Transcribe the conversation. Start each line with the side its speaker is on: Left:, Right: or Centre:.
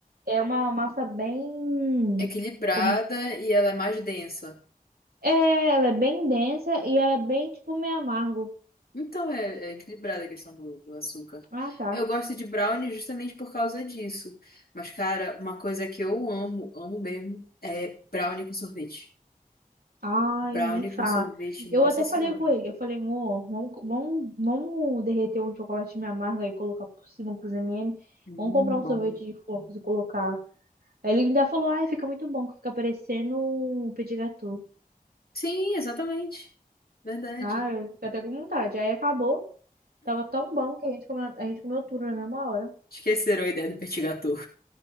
Right: É uma massa bem,
Left: Equilibrada
Right: como,
Left: e ela é mais densa.
Right: é, ela é bem densa e ela é bem, tipo, meio amargo.
Left: Então é, é equilibrada a questão do, do açúcar.
Right: Ah, tá.
Left: Eu gosto de brownie justamente por causa disso. Mas, cara, uma coisa que eu amo, amo mesmo, é brownie com sorvete.
Right: Ai,
Left: Brownie
Right: nem fala.
Left: com sorvete, nossa
Right: Eu até
Left: senhora.
Right: falei com ele. Eu falei, amor, vamos, vamos, vamos derreter um chocolate meio amargo aí, colocar por cima com os M&M.
Left: Hum,
Right: Vamos comprar um
Left: bom.
Right: sorvete de flocos e colocar. Aí ele ainda falou, ai, fica muito bom, que fica parecendo um petit gâteau.
Left: Sim, exatamente. Verdade.
Right: Ah, eu fiquei até com vontade. Aí acabou. Tava tão bom que a gente comeu, a gente comeu tudo na mesma hora.
Left: Esqueceram a ideia do petit gâteau.